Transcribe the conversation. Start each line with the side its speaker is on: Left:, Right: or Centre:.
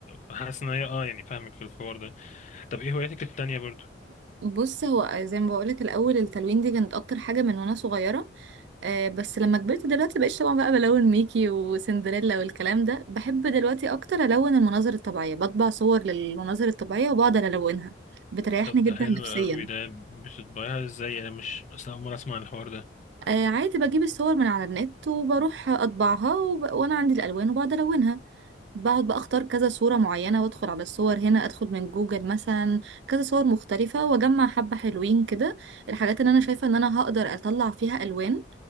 Left: فحاسس إن هي أه يعني فاهمك في الحوار ده طب إيه هواياتك التانية برضو؟
Right: <laughs> بص هو زي ما بقولك الاول التلوين دي كانت اكتر حاجه من وانا صغيره آه، بس لما كبرت دلوقتي بقيت طبعا بقى بلون ميكي وسندريلا والكلام ده بحب دلوقتي اكتر الون المناظر الطبيعيه بطبع صور للمناظر الطبيعيه وبقعد الونها بتريحني
Left: طب
Right: جدا
Left: ده حلو
Right: نفسيا
Left: أوي ده بتطبعيها إزاي أنا مش أصلا أول مرة أسمع عن الحوار ده
Right: آه عادي بجيب الصور من على النت وبروح اطبعها وب... وانا عندي الالوان وبقعد الونها بقعد بقى اختار كذا صورة معينة وادخل على الصور هنا ادخل من جوجل مثلا كذا صور مختلفة واجمع حبة حلوين كده الحاجات اللي انا شايفة ان انا هقدر اطلع فيها الوان